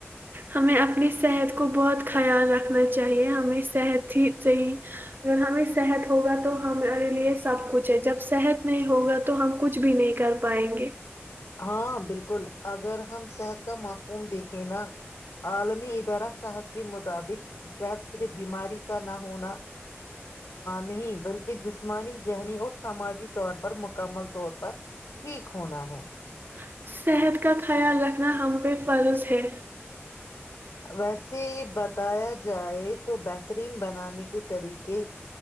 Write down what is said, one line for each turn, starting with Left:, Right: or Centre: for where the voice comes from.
Right: ہمیں اپنی صحت کو بہت خیال رکھنا چاہیے ہمیں صحت ہی صحیح اگر ہمیں صحت ہوگا تو تو ہمارے لیے سب کچھ ہے جب صحت نہیں ہوگا تو ہم کچھ بھی نہیں کر پائیں گے
Left: ہاں بلکل اگر ہم صحت کا معفوم دیکھیں نا عالمی ادارہ صحت کے مطابق صحت صرف بیماری کا نہ ہونا نہیں بلکہ جسمانی ذہنی اور سماجی طور پر مکمل طور پر ٹھیک ہونا ہے
Right: <inaudible> صحت کا خیال رکھنا ہم بے فالس ہے
Left: ویسے بتایا جائے تو بہترین بنانے کے طریقے